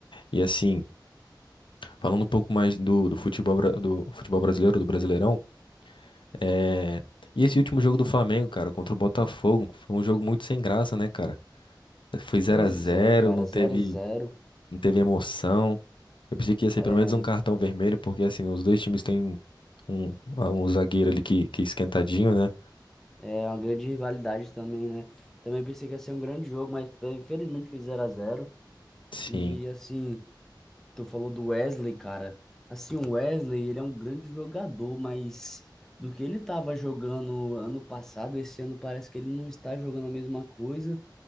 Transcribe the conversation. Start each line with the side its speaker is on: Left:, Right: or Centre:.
Left: E assim. Falando um pouco mais do, do futebol, bra- do futebol brasileiro, do Brasileirão, é... e esse último jogo do Flamengo, cara, contra o Botafogo, foi um jogo muito sem graça, né, cara? Foi zero
Centre: pois
Left: a zero
Centre: é, cara,
Left: não teve,
Centre: zero zero.
Left: não teve emoção. Eu pensei que ia ser
Centre: É,
Left: pelo menos um cartão vermelho, porque assim, os dois times têm um, um um zagueiro ali que, que é esquentadinho, né?
Centre: É uma grande rivalidade também, né? Também pensei que ia ser um grande jogo, mas eh, infelizmente foi zero a zero
Left: Sim,
Centre: E assim, tu falou do Wesley, cara. Assim, o Wesley, ele é um grande jogador, mas do que ele tava jogando ano passado, esse ano parece que ele não está jogando a mesma coisa.